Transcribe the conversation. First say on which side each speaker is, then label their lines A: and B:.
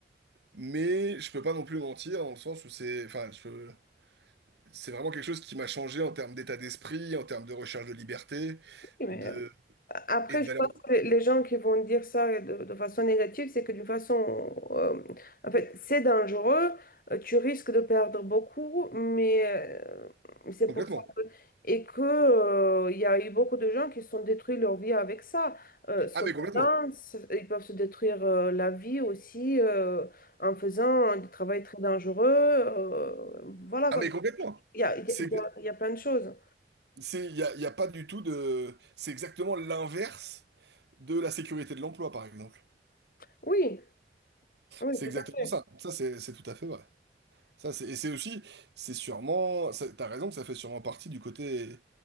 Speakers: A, on the right; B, on the left.
A: mais je peux pas non plus mentir dans le sens où c'est, enfin, je- c'est vraiment quelque chose qui m'a changé en termes d'état d'esprit, en termes de recherche de liberté,
B: Oui, Mais
A: de
B: euh, Après,
A: et de
B: je
A: valeur
B: pense que les gens qui vont dire ça de, de façon négative, c'est que d'une façon, euh, en fait, c'est dangereux, euh, tu risques de perdre beaucoup, mais euh, c'est
A: complètement.
B: pour ça que, et que, euh, il y a eu beaucoup de gens qui se sont détruits leur vie avec ça. Euh, cependant,
A: Ah mais complètement.
B: c- ils peuvent se détruire euh, la vie aussi euh, en faisant du travail très dangereux. euh, voilà,
A: Ah
B: quoi.
A: mais complètement.
B: il y a, il
A: C'est,
B: y a, il y a il y a plein de choses.
A: c'est, il y a, y a pas du tout de, c'est exactement l'inverse de la sécurité de l'emploi par exemple.
B: Oui, oui,
A: C'est
B: tout
A: exactement
B: à fait.
A: ça. Ça c'est, c'est tout à fait vrai. Ça, c'est, et c'est aussi, c'est sûrement, ça- t'as raison que ça fait sûrement partie du côté,